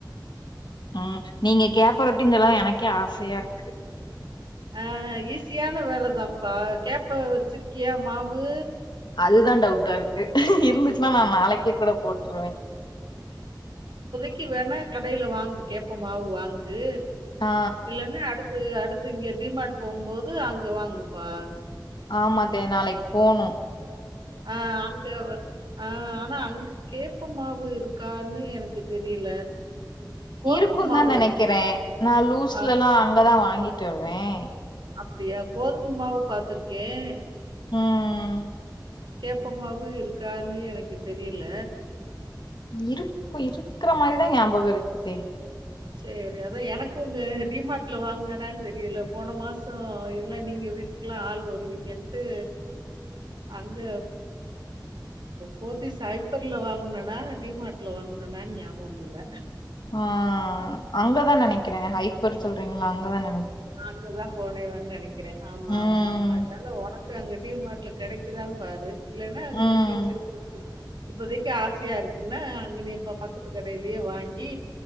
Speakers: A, on the left; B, on the right.
A: ஆஹ் நீங்க கேப்ப ரோட்டினு சொல்லவும் எனக்கு ஆசையா இருக்கு
B: அஹ் ஈஸியான வேலதான்ப்பா கேப்ப வச்சிருக்கியா மாவு
A: அதுதான் டவுட்டா இருக்கு இருந்து ச்சுன நான் நாளைக்கு கூட போட்டுருவேன்
B: க்கு வேணா கடையில வாங்கு கேப்ப மாவு வாங்கு
A: ஆ
B: இல்லன்ன அடுத்து அடுத்து இங்க டிமார்ட் போகும்போது அங்க வாங்குப்பா
A: ஆமா அத்தே நாளைக்கு போனும்
B: ஆஹ் ஆஞ்சவர் ஆஹ் ஆனா அங்கு கேப்ப மாவு இருக்கான்னு எனக்கு தெரியல கோதும
A: இருக்கும்
B: மாவு
A: தான் நெனைக்கிறேன்
B: இருக்கும்.
A: நா லூஸ்லல்லாம்
B: ஆ
A: அங்கதான் வாங்கிட் ட்டுவேன்
B: அப்டியா கோதும மாவு பாத்துருக்கேன்
A: ம்
B: கேப்பமாவு இருக்கான்னு எனக்கு தெரியல
A: இருக்கும் இருக்கற மாரிதான் ஞாபகம் இருக்கு த்தே
B: செரி அதான் எனக்கும் உங்க டிமார்ட்ல வாங்கனனான்னு தெரியல போன மாசம் எல்லாம் நீங்க வீட்டுக்கெல்லாம் ஆள் வருவீங்கன்ட்டு அங்க போத்திஸ் ஹைப்பர்ல வாங்கனனா டிமார்ட்ல வாங்கனனனு ஞாபகம் இல்ல
A: ஆஹ் அங்கதான் நினைக்கிறேன் ஹைப்பர் சொல் ங்களா அங்கதான
B: நாங்க தான் போனேம்ன்னு இருக்கிறேன் ஆமா
A: ம்
B: ஆமா அதனால உனக்கு அங்க டிமார்ட்ல கிடைக்குதான்னு பாரு இல்லைன்னா அங்க
A: ம்
B: இந்த <unintelligible> இப்பதைக்கு ஆசியா இருக்குன்னா அங்கன இப்ப பக்கத்து கடையிலயே வாங்கி